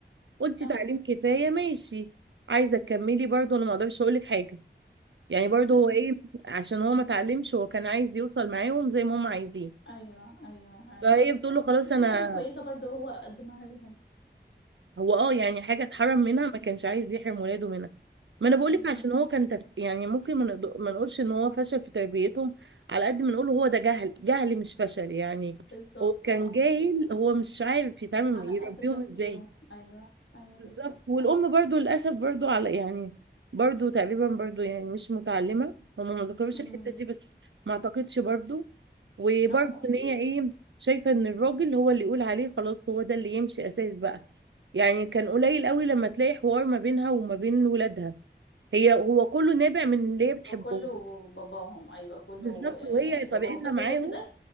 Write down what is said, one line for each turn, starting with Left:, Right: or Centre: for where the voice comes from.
Right: قلتي
Left: اه
Right: تعليم كفايه ماشي عايزه تكملي برضو انا ما اقدرش اقول لك حاجه يعني برضو
Left: ايوه
Right: هو ايه عشان هو ما اتعلمش هو كان عايز يوصل معاهم زي ما هم عايزين
Left: ايوه ايوه ايوه
Right: فهي
Left: بالظبط
Right: بتقول له خلاص
Left: ودي
Right: انا
Left: حاجة كويسة برضه هو قدمها لهم
Right: هو اه يعني حاجه اتحرم منها ما كانش عايز يحرم ولاده منها ما انا بقول
Left: ايوه
Right: لك عشان هو كان تف... يعني ممكن ما نقد- ما نقولش ان هو فشل في تربيتهم على قد ما نقول هو ده جهل جهل مش فشل يعني
Left: بالظبط
Right: هو كان
Left: اه
Right: جاهل
Left: بالظبط
Right: هو مش عارف يتعامل
Left: على
Right: يربيهم
Left: قد تفكيره
Right: ازاي
Left: ايوه ايوه
Right: بالظبط
Left: بالظبط
Right: والام
Left: فعلا
Right: برضو للاسف برضو على يعني برضو تقريبا برضو يعني مش متعلمه هم ما ذكروش
Left: امم
Right: الحته دي بس ما اعتقدش برضو وبرضو
Left: اه اكيد
Right: ان هي ايه شايفه ان الراجل هو اللي يقول عليه خلاص هو ده اللي يمشي اساس بقى يعني كان قليل قوي لما تلاقي حوار ما بينها وما بين ولادها هي هو كله نابع من اللي هي بتحبهم
Left: او كله باباهم ايوه كله
Right: بالظبط
Left: يعني
Right: وهي طريقتها
Left: باباهم بس
Right: معاهم
Left: بس ده